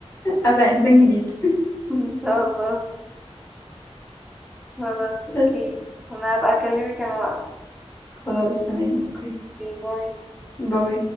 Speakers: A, on the left (about 20°); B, in the centre.
A: ابقى انسان جديد
B: <laughs> ان شاء الله خلاص اوكي
A: بس
B: انا هبقى اكلمك انا بقى
A: خلاص تمام اوكي
B: اوكي باي
A: باي